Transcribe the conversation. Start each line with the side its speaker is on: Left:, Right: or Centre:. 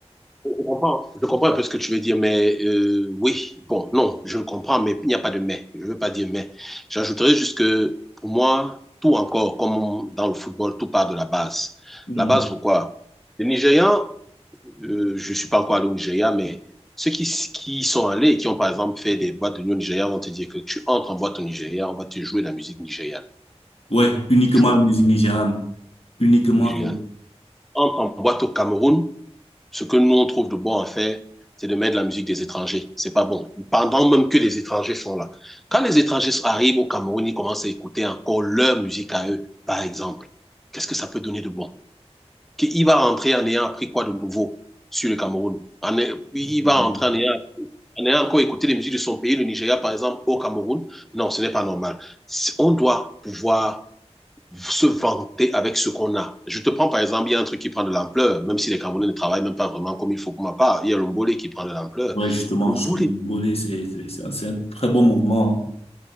Centre: je comprends, je comprends un peu ce que tu veux dire, mais euh, oui, bon, non, je le comprends, mais il n'y a pas de mais. Je ne veux pas dire mais. J'ajouterais juste que pour moi, tout encore, comme dans le football, tout part de la base.
Left: Mm.
Centre: La base, pourquoi? Les Nigérians euh, je ne suis pas encore allé au Nigeria, mais ceux qui, qui sont allés et qui ont par exemple fait des boîtes de nuit au Nigeria vont te dire que tu entres en boîte au Nigeria, on va te jouer de la musique nigériane.
Left: Ouais, uniquement
Centre: Tu comprends?
Left: la musique nigériane. Uniquement.
Centre: Nigériane.
Left: elle.
Centre: Entre en boîte au Cameroun, ce que nous on trouve de bon à faire, c'est de mettre de la musique des étrangers. C'est pas bon. Pendant même que les étrangers sont là. Quand les étrangers arrivent au Cameroun, ils commencent à écouter encore leur musique à eux, par exemple. Qu'est-ce que ça peut donner de bon? Qu'il va rentrer en ayant appris quoi de nouveau sur le Cameroun? En, il
Left: Ouais,
Centre: va rentrer en ayant en ayant encore écouté les musiques de son pays, le Nigeria par exemple, au Cameroun, non, ce n'est pas normal. Si On doit pouvoir se vanter avec ce qu'on a. Je te prends par exemple, il y a un truc qui prend de l'ampleur, même si les Camerounais ne travaillent même pas vraiment comme il faut pour ma part. Il y a l'ombolé qui prend de l'ampleur.
Left: Ouais, justement,
Centre: L'ombolé,
Left: justement. Bolé, c'est c'est- c'est un, c'est un très bon mouvement.